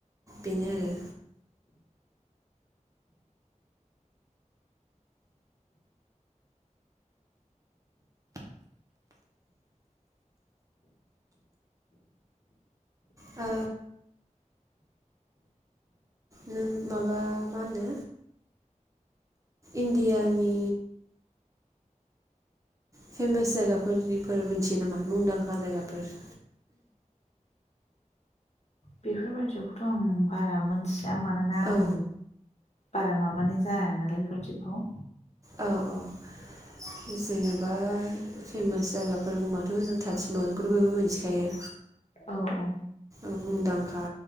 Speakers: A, on the right; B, on the left.
A: बेनो आरो। ओ नों माबा मा होनो इण्डियानि फेमास जायगाफोरनि मुं मोनथियो नामा मुंदांखा जायगाफोर।
B: बेफोरबायदिखौथ आं बारा मोनथि दा मानोना आं
A: औ
B: बारा माबानाय जाया नालाय बेफोरबायदिखौ।
A: औ औ जेनेबा फेमास जायगाफोर बुंबाथ जों ताजमहलखौनो बयबो मिथिखायो
B: औ औ
A: औ मुंदांखा